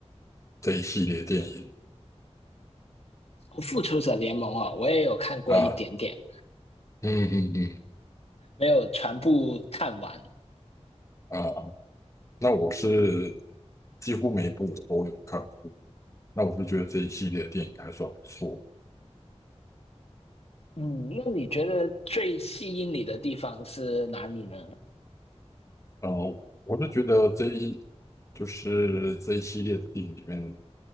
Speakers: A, on the left; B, on the left.
A: 这一系列电影
B: 《复仇者联盟》哦，我也有看过一点点，
A: 啊。嗯嗯嗯。
B: 没有全部看完。
A: 啊，那我是几乎每一部我都有看过那我就觉得这一系列电影还算不错。
B: 嗯，那你觉得最吸引你的地方是哪里呢？
A: 然后我是觉得这一就是这一系列的电影里面，